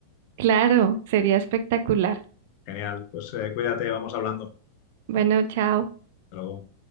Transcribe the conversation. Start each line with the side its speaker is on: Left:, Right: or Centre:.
Right: Claro, sería espectacular.
Left: Genial, pues eh, cuídate, vamos hablando.
Right: Bueno, chao.
Left: Hasta luego.